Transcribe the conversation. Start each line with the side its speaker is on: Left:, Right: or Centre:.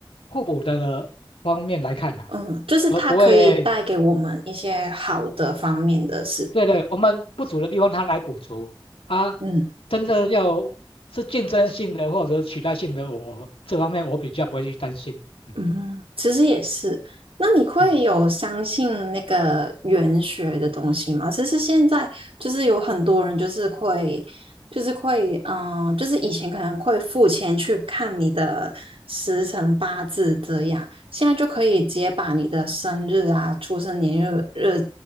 Left: 互补的方面来看呐、
Right: 嗯，就是它可以带给我们一些好的方面的事，
Left: 而不会对对，我们不足的地方它来补足啊，
Right: 嗯。
Left: 真正要是竞争性的或者取代性的，我这方面我比较不会去担心，嗯
Right: 嗯，其实也是。那你会有相信那个玄学的东西吗？
Left: 嗯。
Right: 其实现在就是有很多人就是会，就是会，嗯，就是以前可能会付钱去看你的时辰八字这样，现在就可以直接把你的生日啊、出生年月日